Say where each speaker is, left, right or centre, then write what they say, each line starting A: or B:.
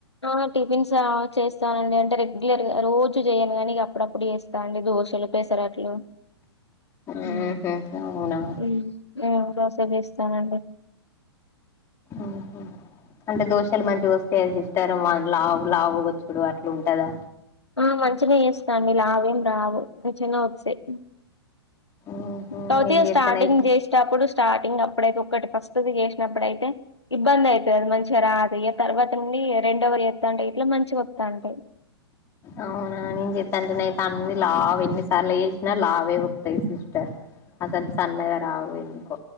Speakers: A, on the left; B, on the left.
A: ఆ టిఫిన్సే ఆ చేస్తానండి అంటే రెగ్యులర్గా రోజు చేయను గానీ ఇక అప్పుడప్పుడు చేస్ దాన్ని దోషలు పెసరట్లు
B: ఆహా
A: ఉ
B: అవునా
A: ఉ మేము దోష వేస్తానండి
B: ఉహు అంటే దోషలు మంచిగా వస్తాయా సిస్టర్ లావు లావు వచ్చుడు అట్లా ఉంటదా
A: ఆ మంచిగా చేస్తాండి లావేం రావు మంచినే వస్తాయి
B: ఆహా
A: తౌతిగా
B: నేను చేత్తనైతే
A: స్టార్టింగ్ చేసేటప్పుడు స్టార్టింగ్ అప్పుడైతే ఒకటి ఫస్ట్ ది చేసినప్పుడయితే ఇబ్బంది అవుతది మంచిగా రాదు య తర్వాత నుండి రెండవర్ చెత్తంటే ఇట్లా మంచిగా వత్తంటాయి
B: అవునా నేను చెత్తంటేనా అన్ని లావు ఎన్నిసార్లు చేసినా లావే వత్తయి సిస్టర్ అసలు సన్నగా రావు ఎందుకో